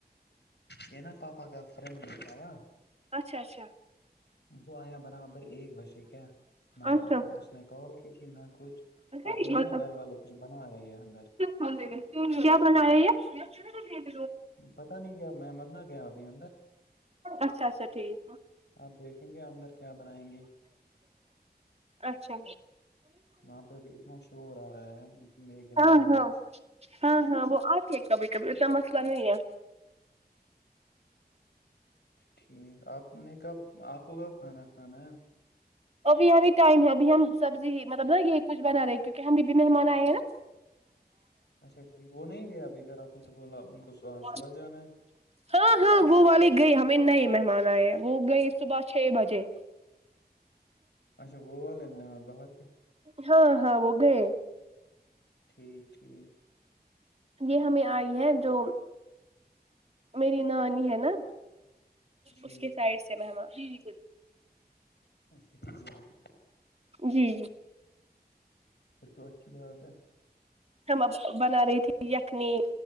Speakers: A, on the left; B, on the right.
A: یہ نا پاپا کا فرینڈ ہے تایا
B: اچھا اچھا
A: وہ آیا برابر ایک بجے کیا نہ
B: اچھا
A: اس نے کال کی تھی نہ کچھ ابھی
B: اچھا
A: ناں گھر والے کچھ بنا رہے ہیں اندر
B: ہاں جی کیا بنا رہے ہیں
A: پتا نہیں کیا میں مرنا گیا ابھی اندر
B: اچھا اچھا ٹھیک
A: آپ دیکھیں گے اندر کیا بنائیں گے
B: اچھا
A: وہاں پہ ابھی اتنا شور آ رہا ہے بیک گراؤنڈ
B: ہاں
A: وائز
B: ہاں ہاں ہاں وہ آتی ہے کبھی کبھی ایسا مسئلہ نہیں ہے
A: ٹھیک آپ نے کب آپ کو کب کھانا کھانا ہے
B: ابھی ابھی ٹائم ہے اب ہم سبزی مطلب نا یہ کچھ بنا رہے کیونکہ ہم ابھی مہمان آئے ہیں نا
A: اچھا ٹھیک وہ نہیں گیا ابھی گھر آپ نے تو بولا ان کو صبح صبح
B: <unintelligible>
A: جانا ہے
B: ہاں ہاں وہ والے گئے ہمیں نئے مہمان آئے وہ گئے صبح چھ بجے
A: اچھا وہ والے میں باہر کے
B: ہاں ہاں وہ گئے
A: ٹھیک ٹھیک
B: یہ ہمیں آئی ہے جو میری نانی ہے ناں
A: جی
B: اس کے سائڈ سے مہمان جی
A: اچھا ٹھیک
B: جی
A: پھر تو اچھی بات ہے
B: ہم اب بنا رہی تھی یخنی